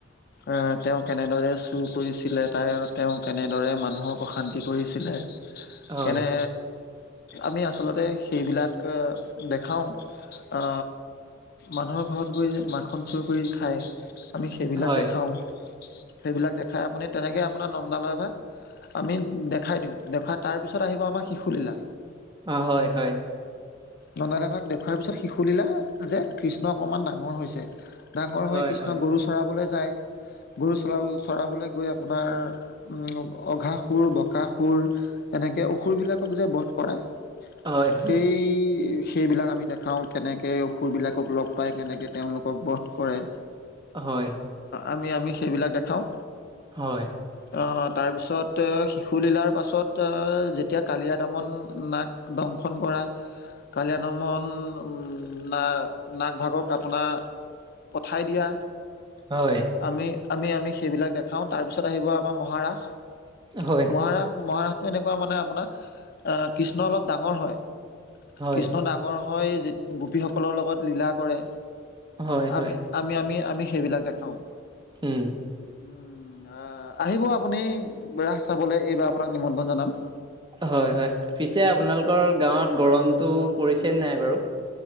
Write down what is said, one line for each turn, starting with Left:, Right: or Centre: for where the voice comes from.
Left: আহ তেওঁ কেনেদৰে চুৰ কৰিছিলে তাই তেওঁ কেনেদৰে মানু মানুহক অশান্তি কৰিছিলে
Right: হয়,
Left: কেনে আমি আচলতে সেইবিলাক দেখাওঁ মানুহৰ ঘৰত গৈ মাখন চুৰ কৰি খায় আমি সেইবিলাক
Right: হয়,
Left: দেখাওঁ সেইবিলাক দেখাই আপুনি তেনেকে আপোনাৰ নন্দালয় ভাগ আমি দেখাই দিওঁ দেখুৱাই তাৰপিছত আহিব আমাৰ শিশুলীলা
Right: অ হয় হয়
Left: নন্দালাভাগ দেখুুৱাৰ পিছত শিশুলীলা যে কৃষ্ণ অকণমান ডাঙৰ হৈছে ডাঙৰ
Right: হয়,
Left: হৈ কৃষ্ণ
Right: হয়,
Left: গৰু চৰাবলৈ যায় গৰু চৰা চৰাবলৈ গৈ আপোনাৰ অঘা সুৰ বকা সুৰ এনেকৈ অসুৰবিলাকক যে বধ কৰায়
Right: হয়, হয়,
Left: সেই সেইবিলাক আমি দেখাওঁ কেনেকে অসুৰবিলাকক লগ পায় কেনেকে তেওঁলোকক বধ কৰে।
Right: হয়
Left: আমি আমি সেইবিলাক দেখাওঁ।
Right: হয়
Left: তহঁত তাৰপিছত শিশু লীলাৰ পাছত যেতিয়া কালিয়া দমন নাক দংশন কৰা কালিয়াদমন না নাগভাগক আপোনাৰ পঠাই দিয়া।
Right: হয়,
Left: আমি আমি আমি সেইবিলাক দেখাওঁ তাৰপিছত আহিব আমাৰ মহাৰাশ।
Right: হয়
Left: মহাৰাস মহাৰাসটো এনেকুৱা মানে আপোনাৰ আ কৃষ্ণ অলপ ডাঙৰ হয়।
Right: হয়,
Left: কৃষ্ণ ডাঙৰ হৈ গোপীসকলৰ লগত লীলা কৰে,
Right: হয়, হয়।
Left: আমি আমি আমি আমি সেইবিলাক দেখাওঁ।
Right: উম
Left: উম। আহিব আপুনি ৰাস চাবলৈ। এইবাৰ আপোনাক নিমন্ত্ৰণ জনাম।
Right: হয়, হয়। পিছে আপোনালোকৰ গাঁৱত গৰমটো পৰিছেনে নাই বাৰু?